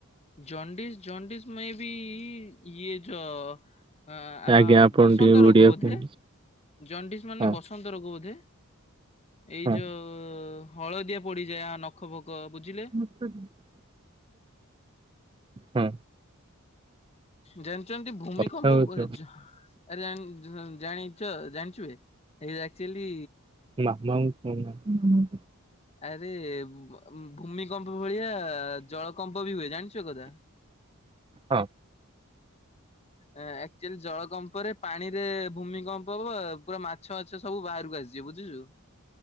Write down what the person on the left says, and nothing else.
ଜନ୍ଡିସ୍ ଜନ୍ଡିସ୍ ମେ ବି ଇଏ ଯ ଆ ଆ
ବସନ୍ତ
ରୋଗ
ବୋଧେ?
ଜଣ୍ଡିସ୍ ମାନେ
ବସନ୍ତ ରୋଗ ବୋଧେ? ଏଇ
ଯୋଉ ହଳଦିଆ ପଡ଼ିଯାଏ ଆ ନଖ ଫକ ବୁଝିଲେ।
ଜାଣିଛନ୍ତି ଭୂମିକମ୍ପ
<unintelligible> ଆରେ ଜାନ ଜନ ଜାଣିଚ ଜାଣିଚୁ ବେ ଏଇ ଅକ୍ଚୁଆଲି
ଆରେ ଭ ଭୂମିକମ୍ପ ଭଳିଆ ଜଳକମ୍ପ ବି ହୁଏ। ଜାଣିଛ କଥା?
ଆକ୍ଚୁଆଲି ଜଳ କମ୍ପରେ ପାଣିରେ ଭୂମି କମ୍ପ ହବ ପୁରା ମାଛ ବାଛ ସବୁ ବାହାରକୁ ଆସିଯିବେ। ବୁଝିଲୁ